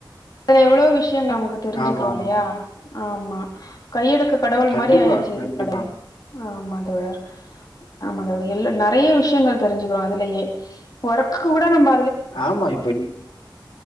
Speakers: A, on the left; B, on the left.
A: வேற எவ்ளோ விஷ் யோ நமக்கு தெரிஞ்சுக்குறோ
B: ஆமா
A: இல்லயா
B: ஆமா
A: ஆமா கையடக்க கடவுள்
B: கண்டிப்பா
A: மாரி ஆயிடுச்சு இது
B: கண்டிப்பா
A: கட ஆமா தோழர் ஆமாங்க எல்லா நெறைய விஷ்யங்கள் தெரிஞ்சுக்குறோ அதுலயே ஒர்க் கூட நம்ப
B: ஆமா இப்ப